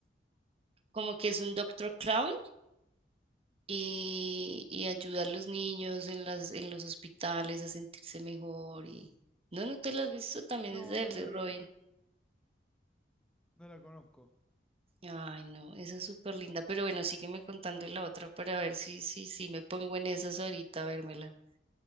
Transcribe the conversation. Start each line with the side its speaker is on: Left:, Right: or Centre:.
Right: como que es un Doctor Clown y, y ayuda a los niños en las, en los hospitales a sentirse mejor y. No, no te la has visto, también
Centre: No,
Right: es de
Centre: no
Right: él, de
Centre: la
Right: Robin
Centre: vi, no la conozco.
Right: Ay, no, esa es súper linda, pero bueno, sígueme contando la otra para ver si, si, si me pongo en esas ahorita a vérmela.